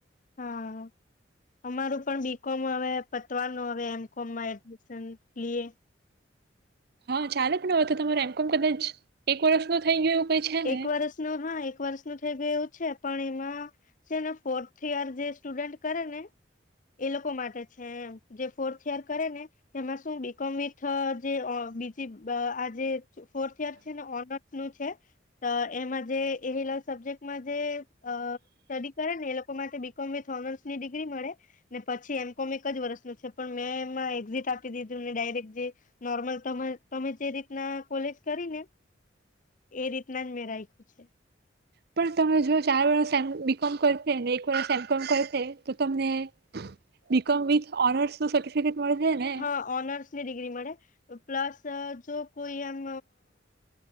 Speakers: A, on the left; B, on the right.
A: હા, અમારું પણ બી કોમ હવે પતવાનું હવે એમ કોમમાં એડમિશન લઈએ.
B: હા ચાલે પણ હો તો તમારે એમ કોમ કદાચ એક વર્ષનો થઈ ગયું. કઈ છે ને
A: એક વર્ષ ન હા એક વર્ષ ન થઈ એવું છે. પણ એમાં છે ને ફોર્થ યર જે સ્ટુડન્ટ કરે ને, એ લોકો માટે છે જે ફોર્થ યર કરે ને એમાં શું બીકોમ વિથ જે બીજી આ જે ફોર્થ યર છે ને ઓનર્સ નું છે. તો એમાં જે એ સબ્જેક્ટમાં જે સ્ટડી કરે ને એ લોકો માટે બી કોમ વિથ ઓનર્સની ડિગ્રી મળે, ને પછી એમ કોમ એક જ વર્ષનું છે પણ મેં એમાં એક્ઝિટ આપી દીધું ને ડાયરેક્ટ જે નોર્મલ તમે જે રીતના કોલેજ કરી ને, એ રીત ના જ મે રાખ્યું છે.
B: પણ તમે જો ચાર વર્સ એ બી કોમ કરશે ને એક વર્સ એમ કોમ કરશે. તો તમને બી કોમ વિથ ઓનર્સ નો સર્ટિફિકેટ મળશે ને
A: હા ઓનર્સની ડિગ્રી મળે. પ્લસ જો કોઈ એમ